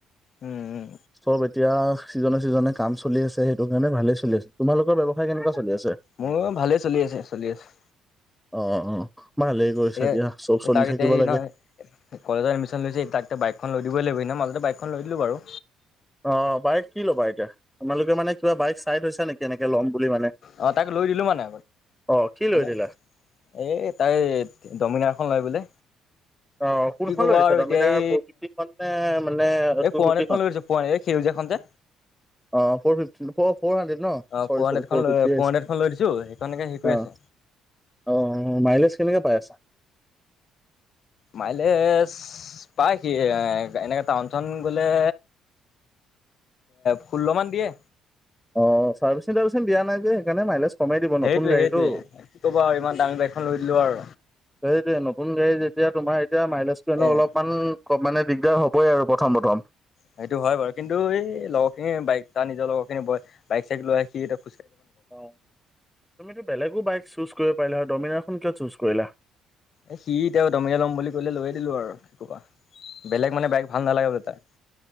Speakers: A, on the left (about 55°); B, in the centre.
A: উম উম
B: চব এতিয়া চিজনে চিজনে কাম চলি আছে সেইটো কাৰণে ভালেই চলি আছে তোমালোকৰ ব্যৱসায় কেনেকুৱা চলি আছে।
A: মোৰ ভালেই চলি আছে চলি আছে।
B: অ অ ভালেই কৰিছা
A: এতিয়া
B: দিয়া চব চলি
A: তাক
B: থাকিব
A: এতিয়া হেৰি
B: লাগে
A: নহয়। কলেজত এডমিশ্যন লৈছে তাক এয়া বাইকখন লৈ দিবই লাগিব। এনে মাজতে বাইকখন লৈ দিলোঁ বাৰু
B: অ বাইক কি ল'বা এতিয়া তোমালোকে মানে। কিবা বাইক চাই থৈছা নেকি এনেকে ল'ম বুলি মানে?
A: অ তাক লৈ দিলো মানে।
B: অ' কি লৈ
A: এনে
B: দিলা?
A: এই তাই ডমিনাৰ এখন লয় বোলে
B: অ' কোনখন
A: কি ক'ব
B: লৈ দিছা
A: আৰু
B: ডমিনাৰ
A: এতিয়া এই
B: ফ'ৰ ফিফটিখন নে মানে
A: এই
B: টু
A: পোৱালীতখন
B: ফিফটিখন?
A: লৈ গৈছো পোৱী সেউজীয়া। এখনতে।
B: অ ফ ফিফটি ফৰ ফৰ হাড্ৰেড ন
A: অ
B: চৰি
A: ফ'ৰ হাণ্ড্ৰেডখন
B: চৰি ফ
A: লৈ
B: ফিফটিহে হৈছে
A: ফ'ৰ হাণ্ড্ৰেডখন লৈ দিছোঁ সেইখনকে হেৰি কৰি
B: অ
A: আছে
B: অহ মাইলেজ কেনেকে পাই আছা
A: মাইলেজ পায় সি এ এনেকে টাউনখন গ'লে। ষোল্ল মান দিয়ে
B: অ চাৰ্ভিচিং তাৰভিচিং দিয়া নাই যে সেইকাৰণে মাইলেজ কমেই দিব
A: সেইটোৱে
B: নতুন গাড়ীটো
A: সেইটোৱে কি ক'ব আৰু ইমান দামী বাইকখন লৈ দিলোঁ আৰু
B: সেইটোৱ নতুন গাড়ী এতিয়া তোমাৰ এতিয়া মাইলেজটো নো
A: এ
B: অলপমান ক মানে দিগদাৰ হ'বই আৰু প্ৰথম প্ৰথম
A: সেইটো হয় বাৰু কিন্তু এই লগৰ খিনি বাইক তাৰ নিজৰ লগৰ খিনি বাইক চাইক লৈ সি এত
B: অ তুমিতো বেলেগো বাইক চুজ কৰিব পাৰিলা। ডমিনাৰখন কিয় চুজ কৰিলা।
A: এ সি এতি দমিনাৰ লম বুলি ক'লে লৈয়ে দিলো আৰু কি কবা। বেলেগ মানে বাইক ভাল নালাগে বোলে তাৰ